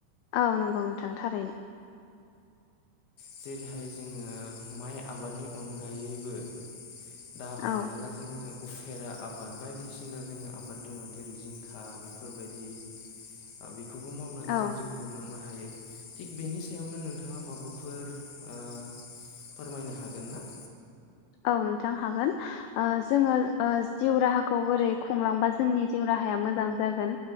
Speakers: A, on the left; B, on the left.
A: औ नंगौ नोंथां थारैनो
B: जेरैहाय जोङो माइ आबादनि अनगायैबो दा हमना
A: औ
B: ला जोङो उफेरा आबाद बायदिसिना जों आबाद दङ जेरै जिंखा बेफोरबायदि आ बेखौबो मावनानै
A: औ
B: जों जिउ खुंलांनो हायो थिग बेनि सायावनो नोंथाङा माबाफोर फोर ओ फोरमायनो हागोन ना?
A: औ नोंथां हागोन ओ जोङो ओ जिउ राहाखौ बोरै खुंलांबा जोंनि जिउ राहाया मोजां जागोन